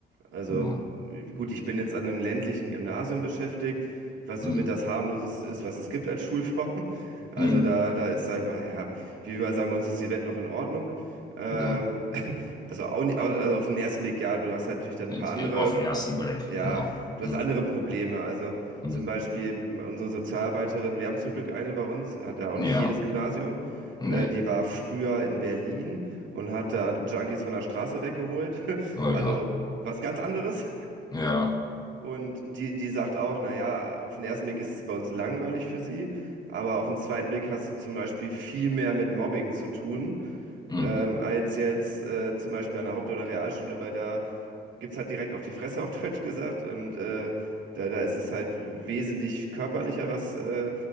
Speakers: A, on the right; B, on the left.
A: Also
B: Genau.
A: äh, gut, ich bin jetzt an einem ländlichen Gymnasium beschäftigt, was somit
B: Hm,
A: das harmloseste ist, was es gibt als Schulform. <laughs> Also
B: hm,
A: da, da ist, sag ich mal, ja, wie wir mal sagen, bei uns ist die Welt noch in Ordnung. Ähm,
B: ja,
A: <laughs> also, auch, ni- also auf den ersten Blick, ja, du hast halt natürlich dann
B: Mit-
A: ein paar andere
B: äh, auf den ersten Blick,
A: ja,
B: genau.
A: du
B: Hm,
A: hast andere Probleme. Also
B: hm.
A: zum Beispiel unsere Sozialarbeiterin, wir haben zum Glück eine bei uns, hat da auch nicht
B: Ja,
A: jedes Gymnasium.
B: nee,
A: Äh, die war früher in Berlin und hat da Junkies von der Straße weggeholt. <laughs>
B: oh
A: Also
B: ja,
A: was ganz anderes.
B: ja,
A: Und die, die sagt auch, naja, auf den ersten Blick ist es bei uns langweilig für sie, aber auf den zweiten Blick hast du zum Beispiel viel mehr mit Mobbing zu tun
B: mhm.
A: ähm, als jetzt äh, zum Beispiel an der Haupt- oder Realschule, weil da gibt's halt direkt auf die Fresse, auf Deutsch gesagt. Und äh, da, da ist es halt wesentlich körperlicher, was, äh,